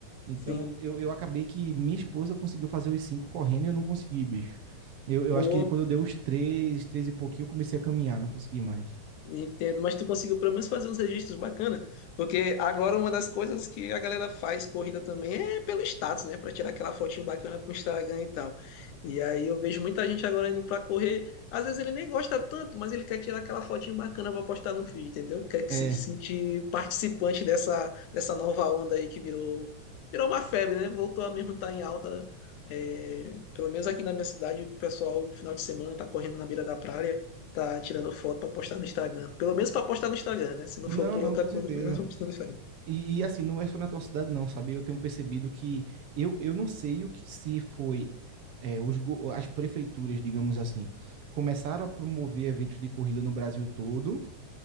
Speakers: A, on the right (about 60°); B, on the left (about 85°).
A: Então,
B: sim.
A: eu, eu acabei que minha esposa conseguiu fazer os cinco correndo e eu não consegui, bicho. Eu, eu
B: Pô,
A: acho que quando eu dei os três, três e pouquinho, eu comecei a caminhar, não consegui mais.
B: Entendo, mas tu conseguiu pelo menos fazer uns registros bacanas, porque agora uma das coisas que a galera faz corrida também é pelo status, né, Pra tirar aquela fotinho bacana pro Instagram e tal. E aí eu vejo muita gente agora indo pra correr, às vezes ele nem gosta tanto, mas ele quer tirar aquela fotinho bacana pra postar no feed, entendeu? Quer que
A: É.
B: se sentir
A: É.
B: participante dessa, dessa nova onda aí que virou, virou uma febre, né? Voltou a mesmo estar em alta. é, pelo menos aqui na minha cidade, o pessoal, final de semana, tá correndo na beira da praia tá tirando foto pra postar no Instagram. Pelo menos pra postar no Instagram, né? Se não
A: Não,
B: for por
A: não,
B: outra
A: com
B: coisa,
A: certeza.
B: pelo menos pra postar no Instagram.
A: E, e, assim, não é só na tua cidade, não, sabe? Eu tenho percebido que eu, eu não sei o que se foi é, os, go- as prefeituras, digamos assim, começaram a promover eventos de corrida no Brasil todo.